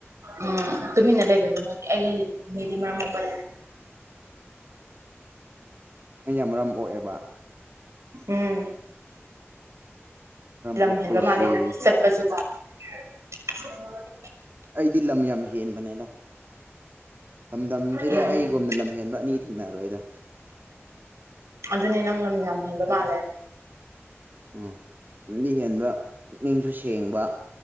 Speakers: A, on the right (about 85°); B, on the right (about 45°).
A: ꯎꯝ ꯇꯨꯃꯤꯟꯅ ꯂꯩꯕꯅꯤ ꯃꯣꯏ ꯑꯩ ꯃꯦꯗꯤ ꯃꯔꯝ ꯃꯣꯛꯄꯅꯦ
B: ꯅꯪ ꯌꯥꯝ ꯃꯔꯝ ꯑꯣꯛꯑꯦꯕ
A: ꯎꯝ
B: ꯃꯔꯝ
A: ꯂꯝ
B: ꯑꯣꯛꯄꯁꯦ
A: ꯍꯦꯟꯕ ꯃꯥꯜꯂꯦ ꯅꯪꯗꯤ ꯆꯠꯄꯁꯨ <unintelligible>
B: ꯑꯩꯗꯤ ꯂꯝ ꯌꯥꯝ ꯍꯦꯟꯕꯅꯦꯗ ꯂꯝꯗꯝꯁꯤꯗ
A: ꯎꯝ
B: ꯑꯩꯒꯨꯝꯅ ꯂꯝꯍꯦꯟꯕ ꯑꯅꯤ ꯊꯦꯡꯅꯔꯣꯏꯗ
A: ꯑꯗꯨꯅꯦ ꯅꯪ ꯂꯝ ꯌꯥꯝ ꯍꯦꯟꯕ ꯃꯥꯜꯂꯦ
B: ꯎꯝ ꯂꯝꯗꯤ ꯍꯦꯟꯕ ꯄꯨꯛꯅꯤꯡꯁꯨ ꯁꯦꯡꯕ